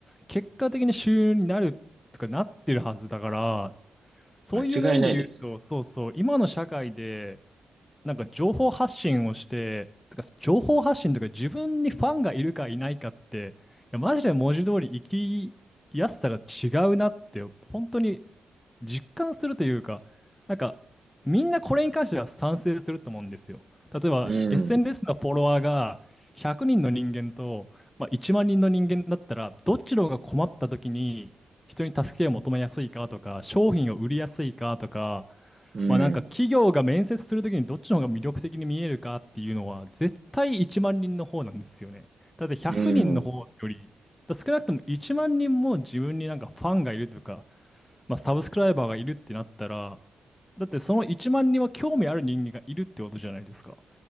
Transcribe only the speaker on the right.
間違いないです。
うん。
うん。
うん。